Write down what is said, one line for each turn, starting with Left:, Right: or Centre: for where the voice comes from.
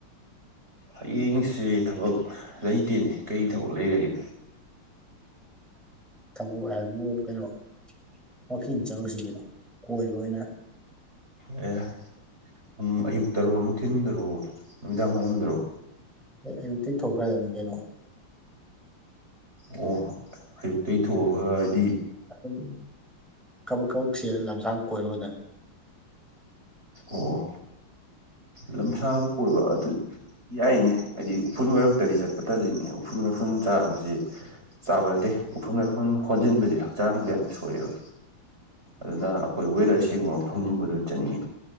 Right: ꯍꯌꯦꯡꯁꯦ ꯊꯕꯛ ꯂꯩꯇꯦꯅꯦ ꯀꯔꯤ ꯊꯕꯛ ꯂꯩꯔꯒꯦ
Centre: ꯊꯕꯣꯛ ꯍꯥꯏꯕꯨ ꯀꯩꯅꯣ ꯋꯥꯛꯀꯤꯡ ꯆꯠꯂꯨꯁꯤꯒꯤꯅꯣ ꯀꯣꯏꯕ ꯑꯣꯏꯅ
Right: ꯑꯦ ꯎꯝ ꯑꯌꯨꯛꯛꯇꯔꯣ ꯅꯨꯡꯊꯤꯟꯗꯔꯣ ꯅꯨꯃꯤꯗꯥꯡ ꯋꯥꯏꯔꯝꯗꯔꯣ
Centre: ꯑꯦ ꯑꯌꯨꯛꯇꯤ ꯊꯣꯛꯈ꯭ꯔꯗꯕꯅꯤ ꯀꯩꯅꯣ
Right: ꯑꯣ ꯑꯌꯨꯛꯇꯩ ꯊꯣꯛꯑꯒ ꯍꯥꯏꯗꯤ
Centre: ꯑꯗꯨꯝ ꯀꯕꯛ ꯀꯕꯛ ꯆꯦꯜ ꯂꯝꯁꯥꯡ ꯀꯣꯏꯕ ꯑꯣꯏꯅꯥ
Right: ꯑꯣ ꯂꯝꯁꯥꯡ ꯀꯣꯏꯕ ꯑꯗꯨ ꯌꯥꯏꯌꯦꯅꯦ ꯍꯥꯏꯗꯤ ꯎꯐꯨꯜ ꯃꯔꯛꯇꯗꯤ ꯆꯠꯄ ꯇꯜꯂꯤꯅꯤ ꯎꯐꯨꯜ ꯃꯔꯐꯨꯟ ꯆꯥꯕꯁꯤ ꯆꯥꯕ ꯑꯟꯇꯦ ꯎꯐꯨꯟ ꯋꯥꯏꯐꯨꯟ ꯍꯣꯟꯖꯤꯟꯕꯁꯦ ꯍꯛꯆꯥꯡꯗ ꯌꯥꯝ ꯁꯣꯛꯑꯦꯕ ꯑꯗꯨꯅ ꯑꯩꯈꯣꯏ ꯋꯦꯗꯔ ꯁꯦꯡꯕ ꯃꯐꯝꯒꯨꯝꯕꯗ ꯆꯠꯅꯤꯡꯉꯤ